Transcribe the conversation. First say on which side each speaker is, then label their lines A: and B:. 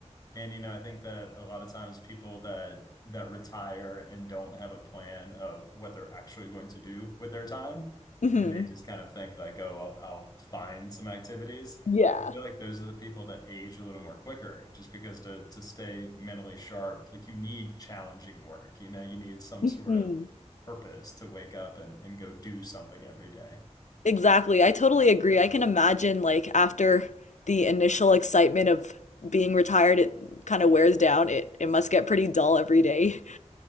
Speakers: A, on the left; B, on the left.
A: And you know, I think that a lot of times people that that retire and don't have a plan of what they're actually going to do with their time,
B: hmm
A: and they just kind of think like, oh, I'll I'll find some activities.
B: Yeah.
A: I feel like those are the people that age a little more quicker, just because to to stay mentally sharp, like you need challenging work. You know, you need some
B: hmm
A: sort of purpose to wake up and and go do something every day.
B: Exactly. I totally agree. I can imagine like after the initial excitement of being retired, it kind of wears down. It it must get pretty dull every day.